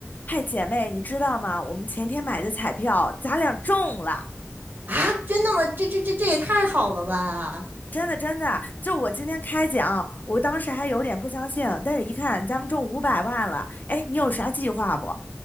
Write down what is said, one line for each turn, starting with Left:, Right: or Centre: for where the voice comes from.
Left: 嗨，姐妹，你知道吗？我们前天买的彩票，咱俩中了，
Right: 啊，真的吗？这这这这也太好了吧！
Left: 真的真的。就我今天开奖，我当时还有点不相信，但是一看咱们中五百万了，哎，你有啥计划不？